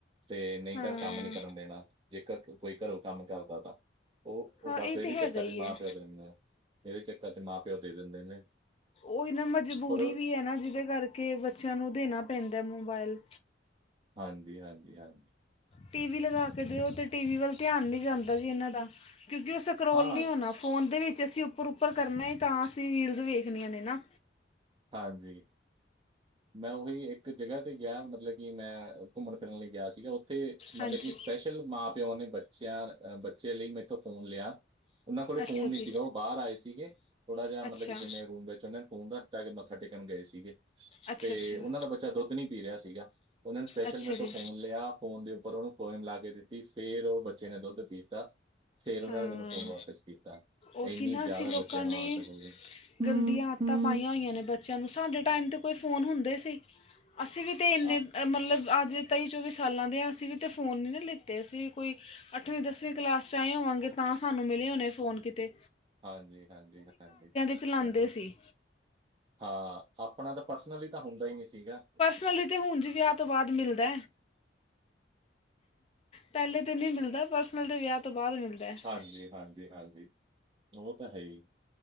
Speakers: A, on the right; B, on the left.
A: ਤੇ ਨਈ
B: ਹਾਂ
A: ਤਾਂ ਕੰਮ ਨੀ ਕਰਨ ਦੇਣਾ, ਜੇਕਰ ਕੋਈ ਘਰੋਂ ਕੰਮ ਕਰਦਾ ਤਾ ਓ ਓ
B: ਹਾਂ
A: ਬਸ
B: ਇਹ
A: ਏਦੇ
B: ਤਾਂ ਹੈਗਾ
A: ਚੱਕਰ
B: ਹੀ
A: ਚ ਮਾਂ-ਪਓ
B: ਹੈ
A: ਦੇਨੇ ਆ, ਏਦੇ ਚੱਕਰ ਚ ਮਾਂ-ਪਓ ਦੇ ਦੇਂਦੇ ਨੇ
B: ਓਈ ਨਾ ਮਜਬੂਰੀ
A: ਪਰ
B: ਵੀ ਐ ਨਾ, ਜਿਦੇ ਕਰਕੇ ਬੱਚੇਆਂ ਨੂੰ ਦੇਨਾ ਪੈਂਦਾ ਮੋਬਾਇਲ
A: ਹਾਂਜੀ, ਹਾਂਜੀ, ਹਾਂਜੀ।
B: ਟੀ ਵੀ ਲਗਾ ਕੇ ਦੇਓ ਤੇ ਟੀ ਵੀ ਵੱਲ ਧੇਆਨ ਨੀ ਜਾਂਦਾ ਜੀ ਏਨਾਂ ਦਾ, ਕਉਕਿ ਓਸ ਸਕ੍ਰੋਲ
A: ਹਾਂ
B: ਨੀ ਹੋਨਾ ਫੋਨ ਦੇ ਵਿੱਚ ਅਸੀ ਉੱਪਰ, ਉੱਪਰ ਕਰਨਾ ਏ ਤਾਂ ਅਸੀਂ ਰੀਲ ਵੇਖਨੀਆਂ ਨੇ ਨਾ
A: ਹਾਂਜੀ। ਮੈਂ ਓਹੀ ਏਕ ਜਗਾ ਤੇ ਗੇਆ, ਮਤਲਬ ਕਿ ਮੈਂ ਘੁੰਮਨ ਫਿਰਨ ਲਈ ਗੇਆ ਸੀਗਾ। ਤੇ ਮਤਲਬ
B: ਹਾਂਜੀ
A: ਕਿ ਸਪੈਸ਼ਲ ਮਾਂ-ਪਓ ਨੇ ਬੱਚੇਆਂ ਅ ਬੱਚੇ ਲਈ ਮੈਂਥੋਂ ਫੋਨ ਲੇਆ। ਓਨਾਂ ਕੋਲੇ
B: ਅੱਛਾ
A: ਫੋਨ
B: ਜੀ
A: ਨੀ ਸੀਗਾ ਓ ਬਾਰ ਆਏ ਸੀਗੇ, ਥੋੜਾ ਜੇਆ ਮਤਲਬ
B: ਅੱਛਾ
A: ਕਿ ਜਿਵੇਂ ਰੂਮ ਵੇਚ ਨੇ। <unintelligible> ਮੱਥਾ ਟੇਕਣ ਗਏ ਸੀਗੇ।
B: ਅੱਛਾ
A: ਤੇ
B: ਅੱਛਾ
A: ਓਨਾਂ ਦਾ ਬੱਚਾ ਦੋਧ ਨੀ ਪੀ ਰੇਆ ਸੀਗਾ, ਓਨਾਂ ਨੇ ਸਪੈਸ਼ਲ
B: ਅੱਛਾ
A: ਮੇਰੇ ਤੋ
B: ਜੀ
A: ਫੋਨ ਲੇਆ। ਫੋਨ ਦੇ ਉੱਪਰ ਓਨੂੰ ਪੋਯਮ ਲਾ ਕੇ ਦਿੱਤੀ, ਫੇਰ ਓ ਬੱਚੇ ਨੇ ਦੋਧ ਪੀਤਾ। ਫੇਰ ਓਨਾਂ
B: ਹਾਂ
A: ਨੇ ਮੈਨੂੰ ਫ਼ੋਨ ਵਾਪਿਸ ਕੀਤਾ,
B: ਉਹੀ
A: ਏਨੀ
B: ਨਾ
A: ਜੈਦਾ
B: ਅਸੀਂ ਲੋਕਾਂ
A: ਬੱਚੇਆਂ ਨੂੰ
B: ਨੇ
A: <unintelligible>
B: ਗੰਦੀਆਂ ਆਤਾਂ
A: ਹਮ,
B: ਪਾਈਆਂ ਓਈਆਂ ਨੇ ਬ ਬੱਚੇਆਂ ਨੂੰ ਸਾਡੇ ਟਾਈਮ ਤੇ ਕੋਈ ਫੋਨ ਹੁੰਦੇ ਸੀ, ਅਸੀ ਵੀ ਤੇ ਏਨੇ
A: ਆਪ
B: ਮਲਬ ਅੱਜ ਤੇਈ -ਚੌਵੀ ਸਾਲਾਂ ਦੇ ਆ। ਅਸੀਂ ਵੀ ਤਾਂ ਫੋਨ ਨਹੀਂ ਨਾ ਲਿੱਤੇ ਅਸੀਂ ਕੋਈ ਅੱਠਵੀਂ -ਦਸਵੀਂ ਕਲਾਸ 'ਚ ਚਾਹਏ ਹੋਵਾਂਗੇ ਤਾਂ ਸਾਨੂੰ ਮਿਲੇ ਹੋਣੇ ਫੋਨ ਕੀਤੇ
A: ਹਾਂਜੀ, ਹਾਂਜੀ, ਹਾਂਜੀ
B: ਚਲਾਉਂਦੇ
A: <unintelligible>
B: ਸੀ
A: ਹਾਂ, ਆਪਣਾ ਤਾਂ ਪਰਸਨਲੀ ਤਾਂ ਹੁੰਦਾ ਈ ਨੀ ਸੀਗਾ।
B: <unintelligible> ਹੁਨ ਜੀ ਵੇਆ ਤੋ ਬਾਦ ਮਿਲਦਾ। ਪੇਲੇ ਤੇ ਨੀ ਮਿਲਦਾ ਪਰਸਨਲ ਦੇ ਵੇਆ ਤੋ ਬਾਦ ਮਿਲਦਾ। ਹੈ
A: ਹਾਂਜੀ, ਹਾਂਜੀ, ਹਾਂਜੀ, ਓ ਤਾ ਹੈ ਈ।